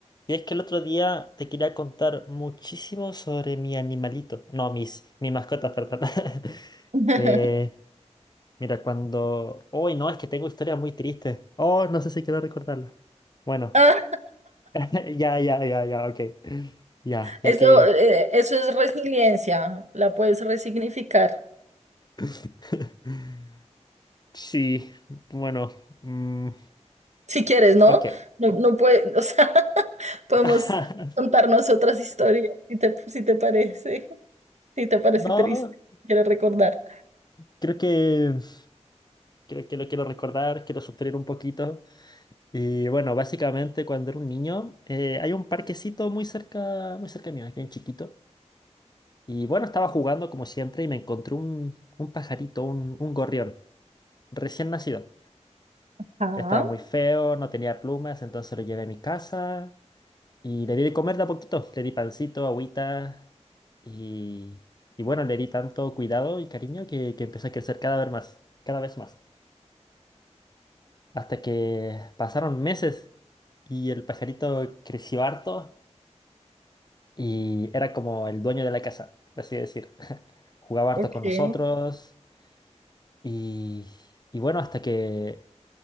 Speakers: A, on the left; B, on the right.
A: Y es que el otro día te quería contar muchísimo sobre mi animalito. No, mis, mis mascotas, perdón. <laughs>
B: <laughs>
A: Eh, mira, cuando... Uy, no, es que tengo historias muy tristes. Oh, no sé si quiero recordarlas. Bueno,
B: Ah,
A: <laughs> ya, ya, ya, ya, ok. Ya, ya
B: eso,
A: que...
B: eh, eso es resiliencia, la puedes resignificar
A: <laughs> Sí, bueno. mm,
B: si quieres, ¿no?
A: ok.
B: No, no puede, o sea, <laughs> podemos
A: <laughs>
B: contarnos otras historias si te, si te parece, si te parece
A: No,
B: triste, quiero recordar.
A: creo que... Creo que lo quiero recordar, quiero sufrir un poquito. Y bueno, básicamente cuando era un niño, eh, hay un parquecito muy cerca, muy cerca mío, aquí en chiquito. Y bueno, estaba jugando como siempre y me encontré un, un pajarito, un, un gorrión, recién nacido.
B: Ah,
A: Ya estaba muy feo, no tenía plumas, entonces lo llevé a mi casa y le di de comer de a poquito. Le di pancito, agüita y, y bueno, le di tanto cuidado y cariño que, que empezó a crecer cada vez más, cada vez más. Hasta que pasaron meses y el pajarito creció harto. y era como el dueño de la casa, por así decir. <laughs> Jugaba harto
B: ok.
A: con nosotros y, y bueno, hasta que